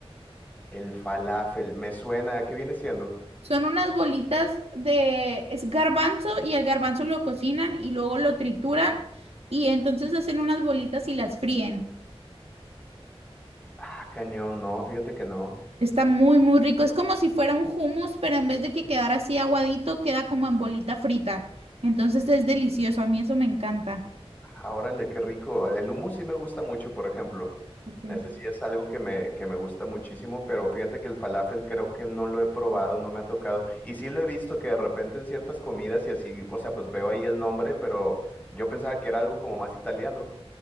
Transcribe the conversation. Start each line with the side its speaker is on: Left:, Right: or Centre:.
Left: El falafel, me suena, ¿qué viene siendo?
Right: Son unas bolitas de, es garbanzo y el garbanzo lo cocinan y luego lo trituran y entonces hacen unas bolitas y las fríen.
Left: Ah, cañón, no, fíjate que no.
Right: Está muy, muy rico. Es como si fuera un hummus, pero en vez de que quedara así aguadito, queda como en bolita frita. Entonces es delicioso. A mí eso me encanta.
Left: Ah, órale, qué rico. El hummus sí me gusta mucho, por ejemplo.
Right: Ok.
Left: Ese sí es algo que me, que me gusta muchísimo, pero fíjate que el falafel creo que no lo he probado, no me ha tocado. Y sí lo he visto que de repente en ciertas comidas y así, o sea, pues veo ahí el nombre, pero yo pensaba que era algo como más italiano.